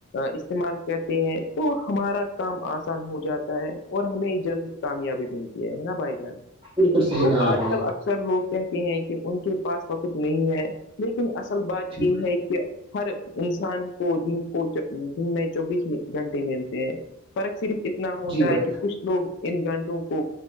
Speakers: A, on the left; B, on the right.
A: استعمال کرتے ہیں تو ہمارا کام آسان ہو جاتا اور ہمیں جلدی کامیابی ملتی ہے ہے نا بھائی جان
B: بھائی جان بالکل صحیح
A: تو
B: کہا
A: آج
B: آپ نے
A: کل اکثر اکثر لوگ کہتے ہیں کہ ان کے پاس وقت نہیں ہے لیکن اصل بات
B: جی
A: یہ ہے کہ ہر انسان کو دن کو دن میں چوبیس گھنٹے ملتے ہیں فرق صرف اتنا ہوتا
B: جی بھائی
A: ہے کہ کچھ لوگ ان گھنٹوں کو